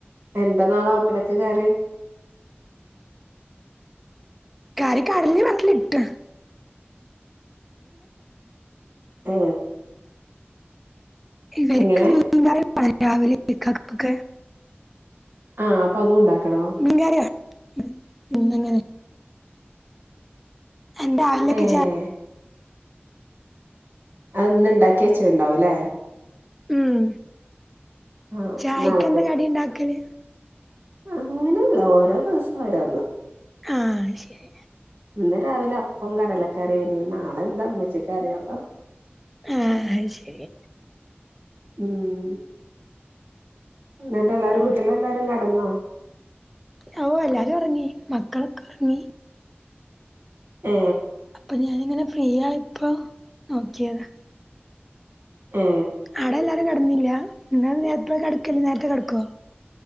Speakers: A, on the right; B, in the centre.
A: എന്താ നാളെ ഓട്ടടക്ക് കറി
B: കറിക്ക് കാടല വെള്ളത്തിക്ക് ഇട്ടുന്നു
A: ഉ
B: ഇവർക്ക്
A: എങ്ങനെ
B: നീന്താൽ പണ രാവിലെ ഇക്കക്ക്
A: ആഹ അപ്പൊ അതും ഉണ്ടാക്കണോ
B: നി കറിയന്നങ്ങനെ എന്റെറെ ആിലൊക്ക്
A: ഏഹ് അത ഒന്ന് ഉണ്ടാക്കി വച്ച ഉണ്ടാവും അല്ലേ
B: ഉം
A: ആഹ്
B: ചായ്ക്ക്െന്താ
A: നാളത്തേക്ക്
B: കടി ഉണ്ടാക്കല്
A: അങ്ങനെയല്ല ഓരോ ദിവസം ഓരോന്ന്
B: ആഹ ശരി
A: ഇന്ന് രാവിലെ അപ്പം കടലക്കറിയന നാളെ എന്താ അമ്മച്ചക്ക്റിയള്ളോ
B: ആഹ അത് ശരി
A: ഉം എന്നിട്ട് എല്ലാരും വീട്ടില എല്ലാരും കടന്നോ
B: ഓ എല്ലാരും ഒറങ്ങി മക്കളൊക്കെ ഒറങ്ങി
A: ഏ
B: അപ്പൊ ഞാനിങ്ങനെ ഫ്രീ ആയപ്പോ നോക്കിയതാ
A: ഏ
B: ആടെല്ലാരും കെടന്നില്ല ഇങ്ങളെനിപ്പയാ കിടക്കല് നേരത്തെ കെടക്കോ